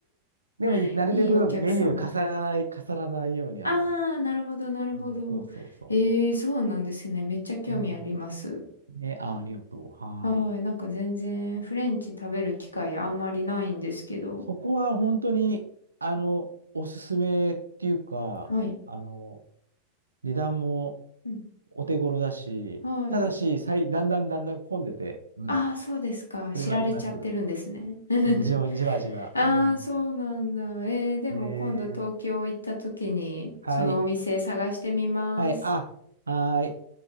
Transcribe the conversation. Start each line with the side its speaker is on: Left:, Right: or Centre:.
Right: でも、
Left: <laughs>
Right: なるべくメニュー重ならない、
Left: いいお客さん。
Right: 重ならないように、
Left: ああ、
Right: あの、
Left: なるほど、なるほど。
Right: うんそうそうそ
Left: ええそうなんですね。めっちゃ興味あります。
Right: う。うん。ね、あ、ありがとう。はーい。
Left: はい。なんか全然フレンチ食べる機会あんまりないんですけど。
Right: うんそこは本当に、あの、おすすめっていうか、
Left: はい。
Right: あの、値段も
Left: うん。
Right: お手頃だし、
Left: はい。
Right: ただし、さい、だんだんだんだん混んでて、うん。
Left: ああ、そうですか。
Right: それはあります。
Left: 知られちゃってるんですね。<laughs>
Right: うん、じわ、じわじわ。
Left: ああ、
Right: うん。
Left: そうなんだ。えー、でも今度東京行った時に、
Right: ねえ。はい。
Left: そのお店探してみます。
Right: はい。あ、
Left: はい
Right: はい。